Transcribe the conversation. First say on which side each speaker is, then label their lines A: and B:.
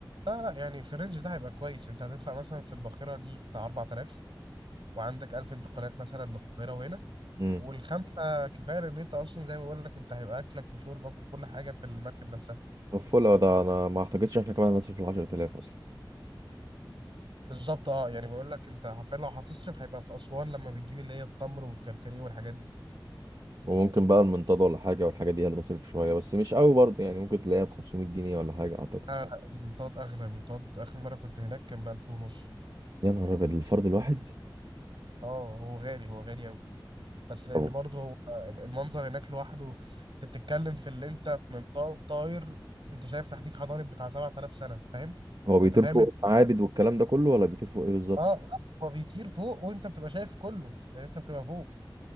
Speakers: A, on the right (about 70°); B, on the right (about 55°).
A: لا لا يعني في الرينج ده هيبقى كويس انت هتدفع مثلا في الباخره دي بتاع 4000 وعندك 1000 انتقالات مثلا للقاهره وهنا
B: امم
A: والخمسه كفايه ان انت اصلا زي ما بقول لك انت هيبقى اكلك وشربك وكل حاجه في المركب نفسها
B: طب فل أوي ده انا ما اعتقدش احنا كمان هنصرف ال 10000 اصلا
A: بالظبط اه يعني بقول لك انت حرفيا لو هتصرف هيبقى في اسوان لما بتجيب اللي هي التمر والكركديه والحاجات دي
B: وممكن بقى المنتدى ولا حاجه والحاجه دي هتصرف شويه بس مش قوي برضه يعني ممكن تلاقيها ب 500 جنيه ولا حاجه اعتقد
A: لا لا المنطاد اغلى المنطاد اخر مره كنت هناك كان ب 1000 ونص
B: يا نهار ابيض الفرد الواحد
A: اه هو غالي هو غالي قوي بس لان
B: طب
A: برضه هو المنظر هناك لوحده انت بتتكلم في اللي انت في منطاد طاير انت شايف تحتيك حضارب بتاع 7000 سنه فاهم
B: هو بيطير
A: انت فاهم
B: فوق
A: ال-
B: معابد والكلام ده كله ولا بيطير فوق ايه بالظبط
A: اه هو بيطير فوق وانت بتبقى شايف كله لان انت بتبقى فوق